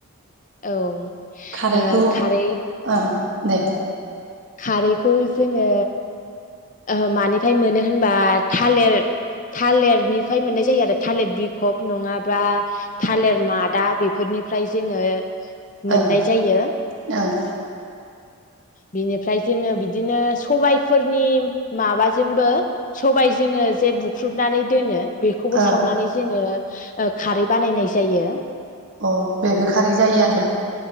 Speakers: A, on the left; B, on the right.
A: औ
B: खारैखौ
A: खारै
B: ओं दे।
A: खारैखौ जोङो ओ मानिफ्राय मोनो होनबा थालिर थालिरनिफ्राय मोननाय जायो आरो थालिर बिखब नङाब्ला थालिर मादा बेफोरनिफ्राय जोङो मोननाय
B: ओं
A: जायो।
B: ओं
A: बिनिफ्राय जोङो बिदिनो सबाइफोरनि माबाजोंबो सबाइ जोङो जे बुख्रुबनानै दोनो। बेखौबो
B: ओं
A: सावनानै जोङो ओ खारै बानायनाय जायो।
B: अ बेबो खारै जायो आरो